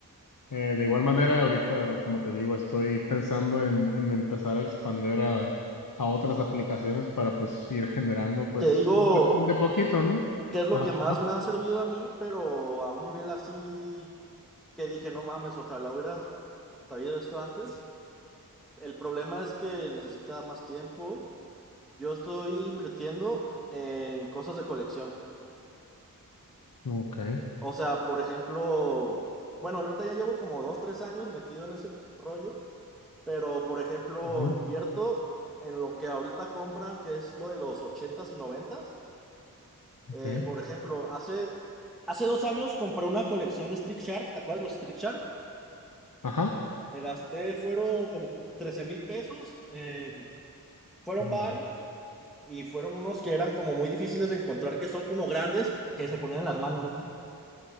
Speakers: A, on the left; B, in the centre.
A: Eh, de igual manera, ahorita, como te digo, estoy pensando en, en empezar a expander a, a otras aplicaciones para pues ir generando pues
B: Te digo
A: de, de poquito, ¿no?
B: qué es lo
A: Ajá.
B: que más me ha servido a mí, pero a un nivel así que dije, no mames, ojalá hubiera sabido esto antes. El problema es que necesita más tiempo. Yo estoy invirtiendo en cosas de colección.
A: ujú, Ok.
B: O sea, por ejemplo, bueno, ahorita ya llevo como dos, tres años metido en ese rollo, pero por ejemplo,
A: ujú,
B: invierto en lo que ahorita compran, que es lo de los ochentas y noventas.
A: ok.
B: Eh, por ejemplo, hace, hace dos años compré una colección de Street Shark, ¿te acuerdas de los Street Shark?
A: Ajá.
B: Me gasté, fueron como trece mil pesos, eh, fueron
A: Ay,
B: varios
A: güey.
B: y fueron unos que eran como muy difíciles de encontrar, que son como grandes, que se ponían en las manos, no sé si